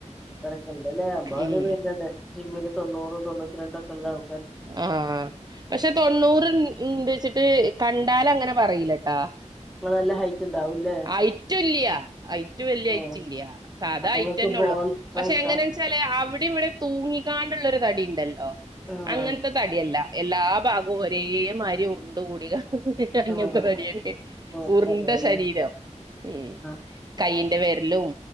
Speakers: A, in the centre; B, on the right.
A: അത്രക്കെ ഉണ്ട്ല്ലേ അമ്മടെ
B: ഉം
A: വരുന്ന്ണ്ട് ജിമ്മില് തൊണ്ണൂറും തൊണ്ണൂറ്റി രണ്ടും ഒക്കെ ഉള്ള ആ
B: ആഹ് പക്ഷെ തൊണ്ണൂറ്ണ്ട് ച്ചിട്ട് കണ്ടാല അങ്ങനെ പറയിലട്ടാ
A: നിങ്ങള് നല്ല ഹൈറ്റ് ഉണ്ടാവൂല്ലേ
B: ഹയ്റ്റ് ഇല്ല്യാ അയ്റ്റ് വല്യ
A: ഉം
B: ഹയ്റ്റില്യാ സാധാ
A: അപ്പൊ
B: അയ്റ്റെന്നെ
A: നിങ്ങക്ക് ബോൺ
B: ഉള്ളൂ
A: സ്ട്രെങ്താ
B: പക്ഷെ എങ്ങനെ അവിടെ ഇവിടെ തൂങ്ങിക്കാണ്ടുള്ളരു തടി ഉണ്ടല്ലോ
A: ആഹ്
B: അങ്ങനത്തെ തടിയല്ല എല്ലാ ഭാഗവും ഒരേ മാരി ഉര്ണ്ട് കൂടി കാ അങ്ങനത്തെ
A: ആഹ്
B: തടിയാണ്
A: അതെ
B: ഉര്ണ്ട
A: അതെ
B: ശരീരം ഉം
A: ആ
B: കയ്യിന്റെ വിരലും